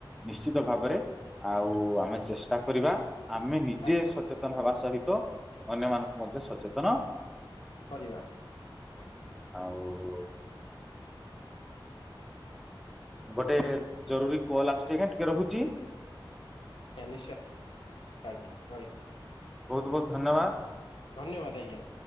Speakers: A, in the centre; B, on the left.
A: ନିଶ୍ଚିତ ଭାବରେ
B: ଆଜ୍ଞା
A: ଆଉ ଆମେ ଚେଷ୍ଟା କରିବା ଆମେନି ନିଜେ
B: ଆଜ୍ଞା
A: ସଚେତନ ହେବା ସହିତ ଅନ୍ୟମାନଙ୍କୁ ମଧ୍ୟ ସଚେତନ
B: କରିବା <unintelligible>
A: ଆଉ ଗୋଟେ ଜରୁରୀ କଲ୍ ଆସୁଚି ଆଜ୍ଞା ଟିକେ ରୋହୁଚି।
B: ଆଜ୍ଞା ନିଶ୍ଚୟ ଆଜ୍ଞା ରହିଲି।
A: ବୋହୁତ ବୋହୁତ ଧନ୍ୟବାଦ।
B: ଧନ୍ୟବାଦ ଆଜ୍ଞା।